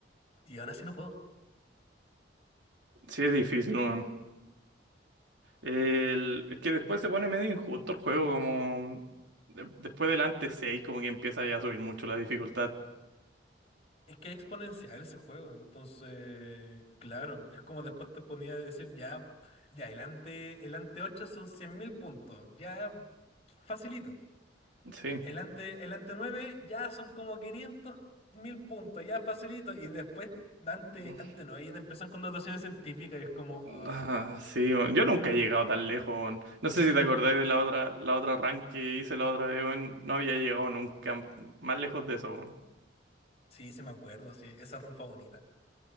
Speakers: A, on the left; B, on the right.
A: Y aún así no puedo.
B: sí es difícil, weón. El- es que después se pone medio injusto el juego, como de- después del antes 6 como que empieza ya a subir mucho la dificultad.
A: Es que es exponencial ese juego, entonces, claro, es como después te ponía a decir, ya, ya, el ante, el ante 8 son 100.000 puntos, ya, facilito.
B: Sí.
A: El ante, el ante 9 ya son como quinientos mil puntos, ya, facilito. Y después, ante,
B: mm,
A: ante 9 ya te empiezan con notaciones científicas y es como, ah,
B: Ah, sí, weón. Yo nunca he llegado tan lejos, weón. No sé si te acordáis de la otra, la otra rank que hice la otra vez, weón. No había llegado nunca más lejos de eso, weón.
A: sí, sí me acuerdo, sí, esa ronda fue bonita.